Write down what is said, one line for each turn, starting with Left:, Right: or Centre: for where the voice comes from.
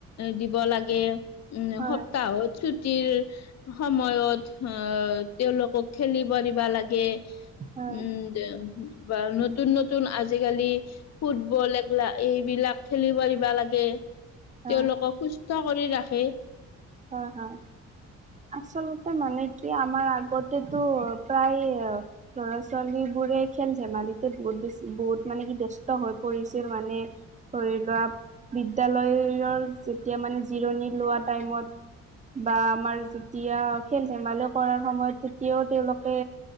Left: দিব লাগে উম
Right: হয়
Left: সপ্তাহত ছুটিৰ সময়ত অ তেওঁলোকক খেলিব দিবা লাগে।
Right: হয়
Left: উম বা নতুন নতুন আজি আজিকালি ফুটবল এগলা এই বিলাক খেলিব দিবা লাগে।
Right: হয়
Left: তেওঁলোকক সুস্থ কৰি ৰাখে।
Right: হয় হয় আচলতে মানে কি আমাৰ আগতেতো প্ৰায় ল'ৰা -ছোৱালী বোৰে খেল ধেমালিতে বহুত বেছি বহুত মানে কি ব্যস্ত হৈ পৰিছে মানে ধৰি লোৱা বিদ্যালয়ৰ যেতিয়া মানে জিৰণি লোৱা টাইমত বা আমাৰ যেতিয়া খেল ধেমালি কৰাৰ সময়ত তেতিয়াও তেওঁলোকে